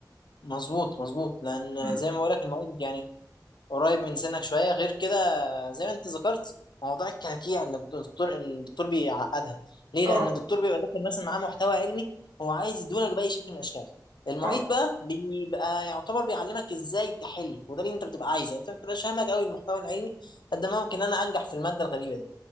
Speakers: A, on the left; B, on the right.
A: مظبوط مظبوط لان
B: مم.
A: زي ما بقولك المعيد يعني قريب من سنك شويه غير كده زي ما انت ذكرت موضوع الكراكيع اللي الدكتور الدكتور بيعقدها ليه
B: اه
A: لان الدكتور بيبقى داخل مثلا معاه محتوى علمي هو عايز يدولك باي شكل من الاشكال المعيد
B: اه
A: بقى بيبقى يعتبر بيعلمك ازاي تحل وده اللي انت بتبقى عايزه يعني انت ما بتبقاش فاهمك قوي المحتوى العلمي قد ما ممكن انا انجح في الماده الغريبه دي